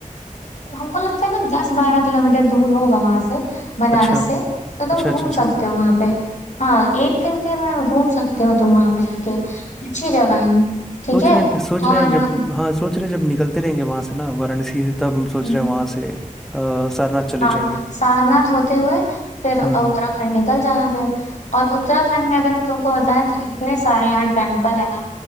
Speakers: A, on the left; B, in the centre.
A: हमको लगता है ना दस बारह किलोमीटर दूर होगा वहां से बनारस
B: अच्छा
A: से तो तुम
B: अच्छा
A: घूम
B: अच्छा अच्छा
A: सकते हो वहां पे हाँ एक दिन के में घूम सकते हो तुम वहां पे जाके अच्छी जगह है ठीक
B: सोच
A: है
B: रहे हैं सोच
A: और
B: रहे हैं जब हाँ सोच रहे हैं जब निकलते रहेंगे वहां से ना वाराणसी से तब हम सोच
A: हम्म,
B: रहे हैं वहां से अ, सारनाथ चले
A: हाँ
B: जाएंगे
A: सारनाथ होते हुए फिर उत्तराखंड
B: हम्म
A: निकल जाना फिर और उत्तराखंड में अगर हम तुमको बताएं तो इतने सारे यार टेम्पल है ना